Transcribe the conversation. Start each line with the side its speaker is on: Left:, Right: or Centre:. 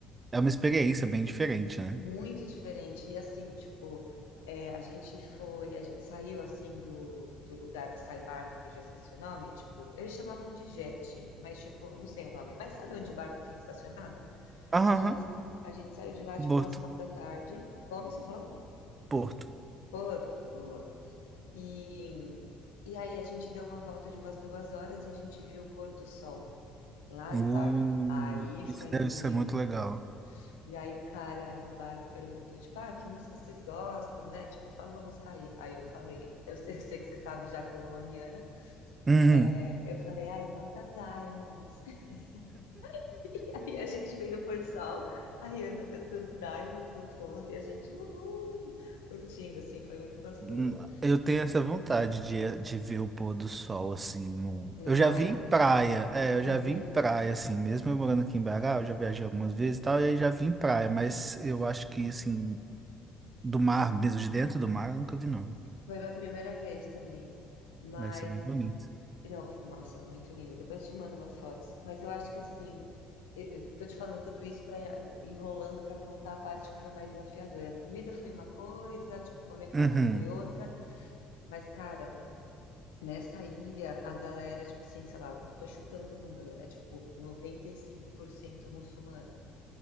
Right: É uma experiência bem diferente, né?
Left: Muito diferente. E assim, tipo, é, a gente foi, a gente saiu assim do, do lugar que sai barco, que eu já esqueci o nome, tipo, eles chamavam de jet, mas tipo, não sei o nome. Mas sabe onde o barco fica estacionado?
Right: Aham,
Left: A gente,
Right: aham.
Left: sa- a gente saiu de lá, tipo,
Right: Porto,
Left: umas quatro da tarde. Como você falou?
Right: Porto.
Left: Porto, boa. E, e aí a gente deu uma volta de umas duas horas e a gente viu o pôr do sol. Lá
Right: Uh,
Left: do barco. Aí
Right: isso
Left: foi
Right: deve
Left: muito
Right: ser muito
Left: legal.
Right: legal.
Left: E aí o cara do barco perguntou, tipo, ah, que música vocês gostam, né? Tipo, fala uma música aí. Aí eu falei, eu sei, eu sei que você sabe já que eu amo a Rihanna.
Right: Uhum.
Left: É, eu falei, ai, bota Diamonds. <laughs> E aí a gente vem do Porto Sol, a Rihanna cantando Diamonds no fundo e a gente, uhul, curtindo, assim, foi muito gostoso.
Right: Hum, Eu tenho essa vontade de, de ver o pôr do sol, assim. no-
Left: No
Right: Eu
Left: mar,
Right: já vi em praia, é, eu
Left: uhum,
Right: já vi em praia, assim. Mesmo eu morando aqui em Bará, eu já viajei algumas vezes e tal, e aí já vi em praia, mas eu acho que, assim, do mar, mesmo de dentro do mar, eu nunca vi, não.
Left: foi minha primeira vez também. Mas
Right: Deve ser bem bonito.
Left: Não, nossa, é muito linda. Depois te mando umas fotos. Mas eu acho que assim, eu eu tô te falando tudo isso para enrolando para contar a parte que foi mais desafiadora. A comida foi uma coisa, tipo, comer com
Right: Uhum.
Left: a mão foi outra. Mas, cara, nessa ilha, a galera, tipo assim, sei lá, tô chutando o número, é tipo 95% muçulmana.